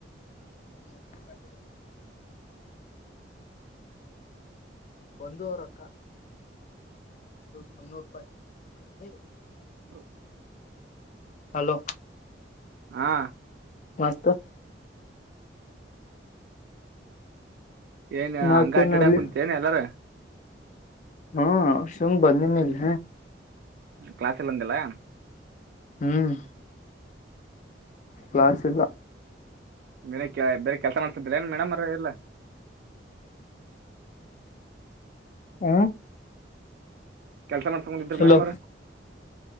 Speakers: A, on the left; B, on the right.
A: <inaudible> ಬಂದು ಅವರಕ್ಕ ಮುನ್ನೂರು ರೂಪಾಯಿ.
B: ಹ್ಮ
A: ಹಲೋ
B: ಹಾ
A: ಮತ್ತ?
B: ಏನ್
A: ಮತ್ತೇನ
B: ಹಂಗ ಅಡ್ಡಾಡಕ್
A: ಅಲ್ಲಿ
B: ಕುಂತೇನ್ ಎಲ್ಲಾರ
A: ಹಾ ಸುಮ ಬಂದನಿ ಇಲ್ಲಿ.
B: ಕ್ಲಾಸ್ ಇಲ್ಲ ಅಂದಿ ಅಲಾ?
A: ಹ್ಮ್ ಕ್ಲಾಸ್ ಇಲ್ಲ.
B: ಮನ ಬೇರೆ ಕೆಲಸ ಮಾಡ್ತಿದ್ದಿಲ್ಲ ಏನ್ ಮೇಡಮ್ ಅವರ ಇಲ್ಲ
A: ಹ
B: ಕೆಲಸ ಮಾಡ್ಕೊಂಡಂದಿದ
A: ಹಲೋ
B: ಮೇಡಮ ಅವರು.